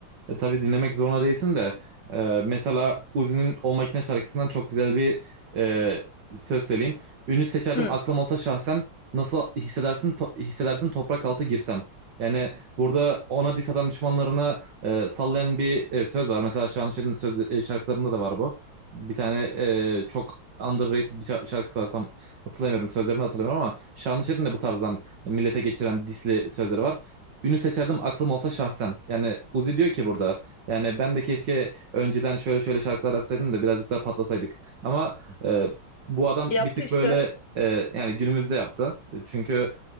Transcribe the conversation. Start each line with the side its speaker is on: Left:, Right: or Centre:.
Right: E, tabii dinlemek zorunda değilsin de e, mesela Uzi'nin O Makine şarkısından çok güzel bir e, söz söyleyeyim. Ünü seçerdim
Left: Hı,
Right: aklım olsa şahsen nasıl hissedersin to- hissedersin toprak altı girsem. Yani burada ona diss atan düşmanlarına e, sallayan bir e, söz var. Mesela Şanışer'in söz e, şarkılarında da var bu. Bir tane e, çok underrated bir şa- şarkısı var tam hatırlamıyorum sözlerini hatırlamıyorum ama Şanışer'in de bu tarzdan e, millete geçiren disli sözleri var. Ünü seçerdim aklım olsa şahsen. Yani Uzi diyor ki burada. Yani ben de keşke önceden şöyle şöyle şarkılar yapsaydım da birazcık daha patlasaydık. Ama e, bu adam
Left: yaptı
Right: bir tık
Left: işte.
Right: böyle e, yani günümüzde yaptı. Çünkü